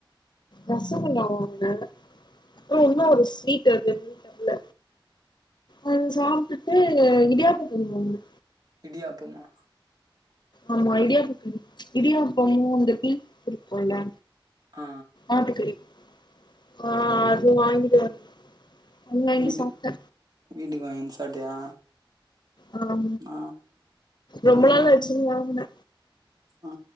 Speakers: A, on the left; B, on the right.
A: ரசகுல்லா வாங்குனே அப்புற இன்னு ஒரு ஸ்வீட் அது என்னனு தெர்ல அது சாப்ட்டுட்டு இடியாப்ப கறி வாங்குனே
B: இடியாப்பமா
A: ஆமா இடியாப்ப கறி இடியாப்பமும் அந்த பீ பொறிப்போல்ல
B: ஆ
A: ஆட்டுக்கறி ஆ அது வாங்கிட்டு வந்து <unintelligible> வாங்கி
B: வீட்டு
A: சாப்டே
B: வீட்டுக்கு வாங்கியாந்து சாப்ட்டியா
A: ஆ
B: நா
A: ரொம்ப
B: நா
A: நாள் ஆச்சினு வாங்குனே
B: ஆ